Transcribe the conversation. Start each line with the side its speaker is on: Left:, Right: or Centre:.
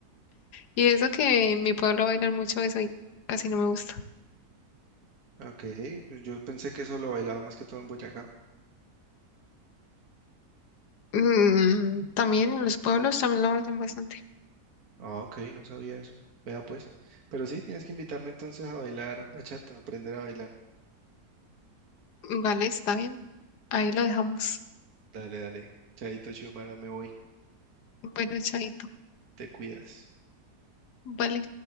Left: Y eso que en mi pueblo bailan mucho eso y casi no me gusta.
Right: Ok, pues yo pensé que eso lo bailaba más que todo en Boyacá.
Left: Mm, también en los pueblos también lo bailan bastante.
Right: Ah, ok, no sabía eso. Vea pues. Pero sí, tienes que invitarme entonces a bailar bachata, aprender a bailar.
Left: Vale, está bien. Ahí lo dejamos.
Right: Dale, dale. Chaito, Xiomara, me voy.
Left: Bueno, chaito.
Right: Te cuidas.
Left: Vale.